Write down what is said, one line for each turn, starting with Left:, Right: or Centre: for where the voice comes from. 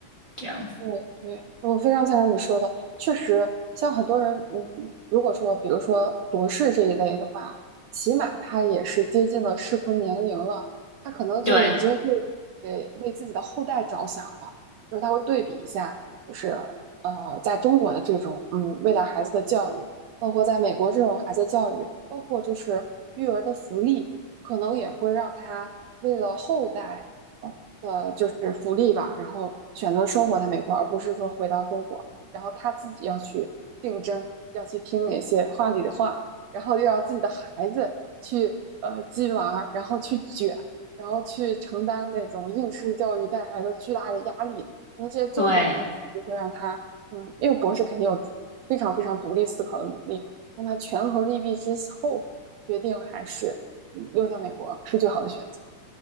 Left: 这样，
Right: 对对，我非常赞成你说的，确实，像很多人，嗯，如果说，比如说博士这一类的话，起码他也是接近了适婚年龄了，他可能就已经会
Left: 对
Right: 给为自己的后代着想了，就是他会对比一下，就是呃，在中国的这种嗯未来孩子的教育，包括在美国这种孩子教育，包括就是育儿的福利，可能也会让他为了后代。的就是福利吧，然后选择生活在美国，而不是说回到中国，然后他自己要去竞争，要去听哪些话里的话，然后又要自己的孩子去呃鸡娃然后去卷，然后去承担那种应试教育带来的巨大的压力，那这些综合因素会让他，
Left: 对，
Right: 嗯，因为博士肯定有非常非常独立思考的能力，让他权衡利弊之后决定还是嗯留在美国是最好的选择。